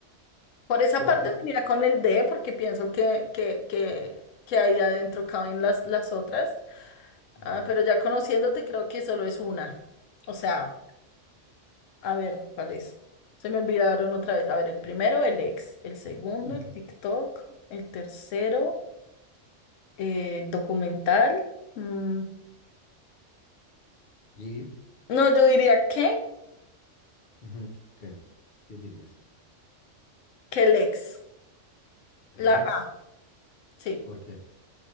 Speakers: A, on the left; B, on the left.
A: Por esa
B: ¿Tú
A: parte
B: cuál?
A: me iría con el D, porque pienso que, que, que, que ahí adentro caben las, las otras.
B: Ujú.
A: Ah, pero ya conociéndote, creo que solo es una. O sea, a ver, ¿cuál es? Se me olvidaron otra vez. A ver, el primero, el ex. El segundo,
B: Ujú.
A: el TikTok. El tercero, eh, el documental. Mm,
B: ¿Y
A: No, yo diría que,
B: ujú, qué? ¿Qué dirías?
A: que el ex.
B: ¿El
A: La
B: ex?
A: A, sí.
B: ¿Por qué?